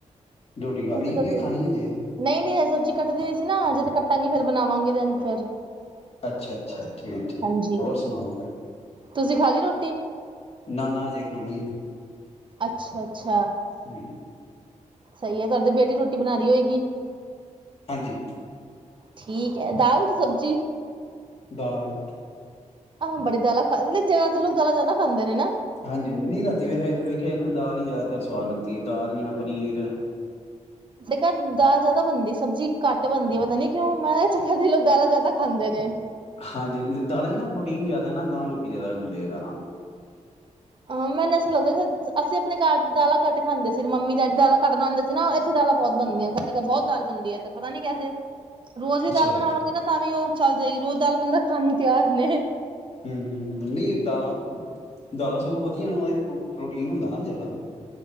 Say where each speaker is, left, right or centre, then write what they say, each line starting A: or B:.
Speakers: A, on the left; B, on the right.
A: ਰੋਟੀ ਖਾ
B: ਤੁਸੀਂ
A: ਲਈ
B: ਦੱਸੋ,
A: ਕੇ ਖਾਣੀ ਹਜੇ
B: ਨਹੀਂ -ਨਹੀਂ ਇਹ ਸਬਜ਼ੀ ਕੱਟਦੀ ਵੀ ਸੀ। ਨਾ ਹਜੇ ਤਾਂ ਕੱਟਾਂਗੀ ਫੇਰ ਬਣਾਵਾਂਗੇ ਦਨ ਫੇਰ।
A: ਅੱਛਾ-ਅੱਛਾ, ਠੀਕ- ਠੀਕ
B: ਹਾਂਜੀ
A: ਹੋਰ ਸੁਣਾਓ?
B: ਤੁਸੀਂ ਖਾ ਲਈ ਰੋਟੀ?
A: ਨਾ- ਨਾ ਹਜੇ ਕਹਾਣੀ ਹੈ।
B: ਅੱਛਾ-ਅੱਛਾ।
A: ਹੈ
B: ਸਹੀ ਹੈ, ਤੁਆਦੀ ਬੇਟੀ ਰੋਟੀ ਬਣਾ ਰਈ ਹੋਏਗੀ?
A: ਹਾਂਜੀ।
B: ਠੀਕ ਹੈ, ਦਾਲ ਸਬਜ਼ੀ?
A: ਦਾਲ।
B: ਆਹੋ ਬੜੀ ਦਾਲਾਂ ਖਾਂ, ਨਈ ਜਗਾਦਰੀ ਲੋਕ ਦਾਲਾਂ ਜ਼ਿਆਦਾ ਖਾਂਦੇ ਨੇ ਨਾ?
A: ਹਾਂਜੀ, ਨਈ ਰਾਤੀ ਵੈਹੇ ਵੇਖਿਆ ਯਾਏ ਨਾ ਦਾਲ ਈ ਜ਼ਿਆਦਾਤਰ ਸਵਾਦ ਲੱਗਦੀ ਹੈ। ਦਾਲ ਜਾਂ ਪਨੀਰ।
B: ਸੇ ਘਰ ਦਾਲ ਜਿਆਦਾ ਬਣਦੀ, ਸਬਜ਼ੀ ਘੱਟ ਬਣਦੀ ਹੈ, ਪਤਾ ਨੀ ਕਿਉਂ? ਮੈਂ ਕੇਆ <unintelligible> ਲੋਕ ਦਾਲਾਂ ਜ਼ਿਆਦਾ ਖਾਂਦੇ ਨੇ।
A: ਹਾਂਜੀ, ਦਾਲਾਂ ਚ ਨਾ ਪ੍ਰੋਟੀਨ ਜ਼ਿਆਦਾ ਏ ਨਾ, ਤਾਂ ਲੋਕੀ ਜ਼ਿਆਦਾ ਖਾਂਦੇ ਐ ਦਾਲਾਂ।
B: ਹਾਂ, ਮੈਨੂੰ ਐਸਾ ਲੱਗਦਾ ਜ਼, ਅਸੀਂ ਆਪਣੇ ਕਾਰ ਦਾਲਾਂ ਕੱਟ ਖਾਂਦੇ ਸੀ। ਨਈ ਤੇ ਮੰਮੀ ਡੈਡੀ ਦਾਲਾਂ ਕੱਟ ਬਣਾਂਦੇ ਸੀ ਨਾ, ਇੱਥੇ ਦਾਲਾਂ ਬਹੁਤ ਬਣਦੀਆਂ, ਸਾਡੇ ਘਰ, ਬਹੁਤ ਦਾਲ ਬਣਦੀ ਹੈ ਏਧਰ, ਪਤਾ ਨੀ ਕੈੇਸੇ? ਰੋਜ਼ ਵੀ
A: ਅੱਛਾ
B: ਦਾਲ ਬਣਾਵਾਂਗੇ ਨਾ, ਤਾਂ ਵੀ ਉਹ ਚੱਲ ਜਾਏਗੀ। ਰੋਜ਼ ਦਾਲ ਬੰਦਾ ਖਾਣ ਨੂੰ ਤਿਆਰ ਨੇ।
A: ਹੂੰ-ਹੂੰ-ਹੂੰ ਨਈ ਦਾਲਾਂ, ਦਾਲਾਂ ਸਗੋਂ ਵਧੀਆ ਨ ਪ੍ਰੋ ਪ੍ਰੋਟੀਨ ਹੁੰਦਾ ਨਾ ਜ਼ਿਆਦਾ।